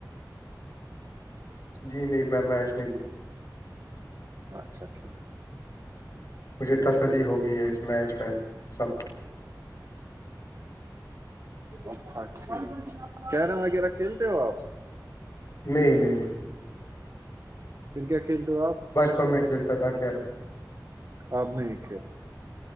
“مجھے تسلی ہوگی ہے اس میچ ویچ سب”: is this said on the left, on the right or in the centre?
Left